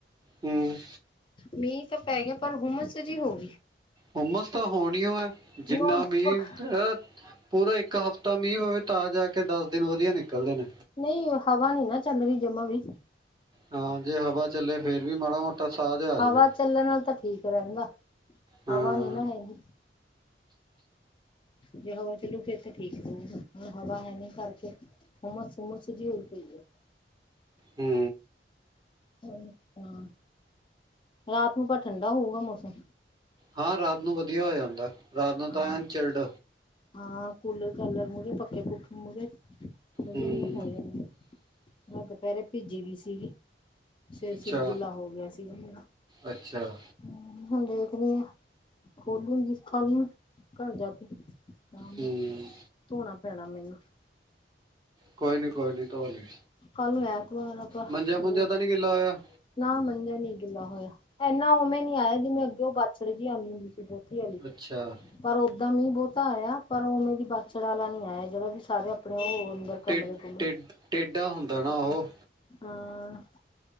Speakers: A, on the right; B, on the left.
A: ਹੂੰ।
B: ਮੀਂਹ ਤਾਂ ਪੈ ਗਿਆ ਪਰ ਹੁਮਸ ਜਿਹੀ ਹੋ ਗਈ।
A: ਹੁੰਮਸ ਤਾਂ ਹੋਣਿਓ ਐ, ਜਿੰਨਾ
B: ਉਹ
A: ਮੀਂਹ
B: ਪੱਖ
A: ਪੈ ਪੂਰਾ ਇੱਕ ਹਫ਼ ਤਾਂ ਮੀਂਹ ਪਵੇ ਤਾਂ ਜਾ ਕੇ ਦਸ ਦਿਨ ਵਧੀਆ ਨਿਕਲਦੇ ਨੇ।
B: ਨਹੀਂ ਹਵਾ ਨੀ ਨਾ ਚੱਲ ਰਹੀ ਜਮਾ ਵੀ।
A: ਹਾਂ, ਜੇ ਹਵਾ ਚੱਲੇ ਫੇਰ ਵੀ ਮਾੜਾ ਮੋਟਾ ਸਾਹ ਜਿਹਾ ਆ
B: ਹਵਾ
A: ਜਾਵੇ।
B: ਚੱਲਣ ਨਾਲ ਤਾਂ ਠੀਕ ਰਹਿੰਦਾ।
A: ਹਾਂ,
B: ਹਵਾ ਨੀ ਨਾ ਹੈਗੀ। ਜੇ ਹਵਾ ਚੱਲੂ ਫੇਰ ਤੇ ਠੀਕ ਰਹੂਗਾ, ਹੁਣ ਹਵਾ ਹੈ ਨੀ ਕਰਕੇ ਹੁੰਮਸ-ਹੁੰਮਸ ਜੀ ਹੋਈ ਪਈ ਐ।
A: ਹੂੰ।
B: ਅੱ ਆ, ਰਾਤ ਨੂੰ ਤਾ ਠੰਡਾ ਹੋਊਗਾ ਮੌਸਮ।
A: ਹਾਂ, ਰਾਤ ਨੂੰ ਵਧੀਆ ਹੋ ਜਾਂਦਾ, ਰਾਤ ਨੂੰ
B: ਹਾਂ
A: ਤਾਂ ਐਨ ਚਿਲਡ।
B: ਹਾਂ, ਕੂਲਰ-ਕਾਲਰ ਮੂਹਰੇ, ਪੱਖੇ ਪੁਖੇ ਮੂਹਰੇ ਵਧੀਆ
A: ਹੂੰ,
B: ਇਹਨੂ ਹੋ ਜਾਣ ਮੈਂ ਦੁਪਹਿਰੇ ਭਿੱਜੀ ਗੀ ਸੀਗੀ। ਸਿਰ
A: ਅੱਛਾ,
B: ਸੁਰ ਗਿੱਲਾ ਹੋ ਗਿਆ ਸੀਗਾ ਮੇਰਾ।
A: ਅੱਛਾ।
B: ਹੂੰ, ਹੁਣ ਦੇਖਦੀ, ਖੋਲੂੰਗੀ ਕੱਲ ਨੂੰ ਘਰ ਜਾ ਕੇ। ਸਾਮ ਨੂੰ,
A: ਹੂੰ,
B: ਧੋਣਾ ਪੈਣਾ ਮੈਨੂੰ।
A: ਕੋਈ ਨੀ ਕੋਈ ਨੀ ਧੋਲੀ,
B: ਕੱਲ ਨੂੰ ਐਤਵਾਰ ਆ ਪਰ
A: ਮੰਜਾ -ਮੂੰਜਾ ਤਾਂ ਨੀ ਗਿੱਲਾ ਹੋਇਆ
B: ਨਾ ਮੰਜਾ ਨੀ ਗਿੱਲਾ ਹੋਇਆ, ਐਨਾ ਔਵੇਂ ਨੀ ਆਇਆ ਜਿਵੇਂ ਅੱਗੇ ਔ ਬਾਛੜ ਜੀ ਆਉਂਦੀ ਹੁੰਦੀ ਸੀ। ਬੋਤੀ ਆਂਲੀ।
A: ਅੱਛਾ,
B: ਪਰ ਓੱਦਾਂ ਮੀਂਹ ਬਹੁਤਾ ਆਯਾ, ਪਰ ਔਵੇਂ ਦੀ ਬਾਛੜ ਆਲਾ ਨੀ ਆਯਾ, ਜੇੜਾ ਵੀ ਸਾਰੇ ਅਪਣੇ ਓਹ ਅੰਦਰ ਕਮਰੇ
A: ਟੇਡ-ਟੇਡ-ਟੇਡਾ
B: ਕੁਮਰੇ
A: ਹੁੰਦਾ ਨਾ ਓਹ।
B: ਹਾਂ,